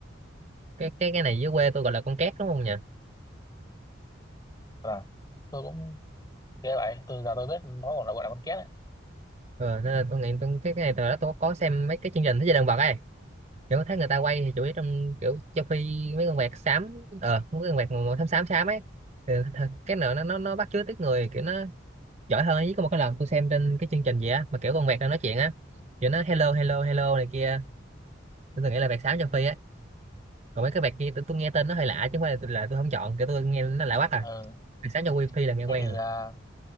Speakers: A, on the right (about 35°); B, on the left (about 20°).
A: cái cái cái này dưới quê tôi gọi là con két đúng không nhỉ
B: Là tôi cũng nghe vậy, tôi giờ tôi biết nó còn là gọi là con két đấy.
A: ừ, nên là tôi nghĩ tôi, cái cái này từ đó tôi có xem mấy cái chương trình thế giới động vật ấy kiểu thấy người ta quay thì chủ yếu trong kiểu Châu Phi mấy con vẹt xám ờ mấy con vẹt màu xám xám xám ấy thì, thật- cái nữa nó nó nó bắt chước tiếng người kiểu nó giỏi hơn ấy. có một cái lần tôi xem trên cái chương trình gì á mà kiểu con vẹt đang nói chuyện á kiểu nó hello hello hello này kia tôi từng nghĩ là vẹt xám châu Phi á còn mấy cái vẹt kia tôi, tôi nghe tên nó hơi lạ chứ không phải là, là tôi không chọn kiểu tôi nghe nó lạ quá à
B: Ừ.
A: sáng cho wifi là nghe
B: Thế
A: quen
B: thì
A: rồi
B: ờ,